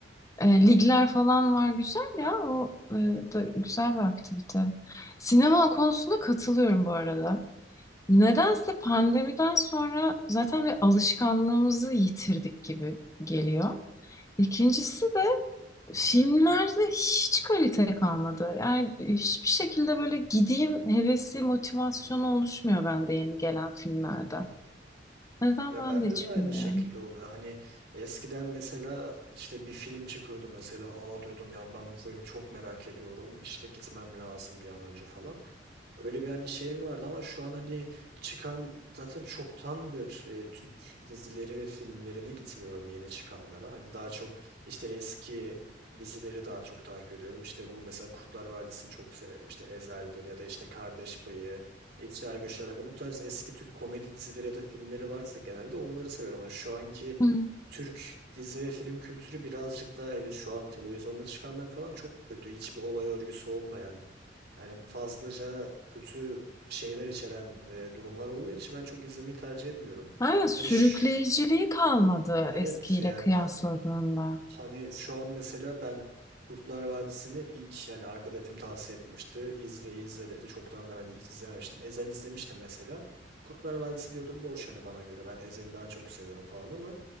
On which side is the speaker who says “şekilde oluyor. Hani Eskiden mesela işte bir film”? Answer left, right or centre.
Right